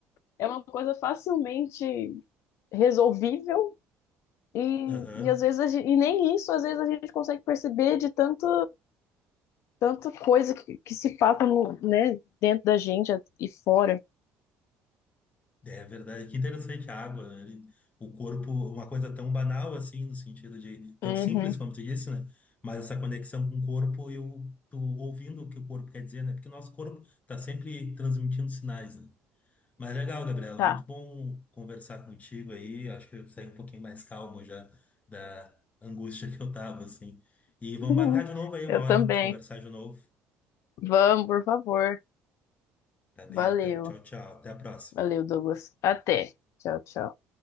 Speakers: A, on the left (about 65°); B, on the left (about 30°).
A: É uma coisa facilmente resolvível. E,
B: Aham.
A: e às vezes a gente, e nem isso às vezes a gente consegue perceber de tanto, tanta coisa que, que se passa no, né, dentro da gente e fora.
B: É verdade, que interessante a água, né? Ele- O corpo, uma coisa tão banal assim, no sentido de tão
A: Uhum.
B: simples como tu disse, né? Mas essa conexão com o corpo e o, tu ouvindo o que o corpo quer dizer, né? Porque o nosso corpo tá sempre transmitindo sinais, né? Mas legal, Gabriela,
A: Tá.
B: muito bom conversar contigo aí. Acho que eu saí um pouquinho mais calmo já da angústia que eu tava, assim. E vamos
A: <laughs>
B: marcar de novo aí, uma
A: Eu
B: hora
A: também.
B: de conversar de novo.
A: Vamos, por favor.
B: Tá bem,
A: Valeu.
B: então. Tchau, tchau. Até a próxima.
A: Valeu, Douglas. Até. Tchau, tchau.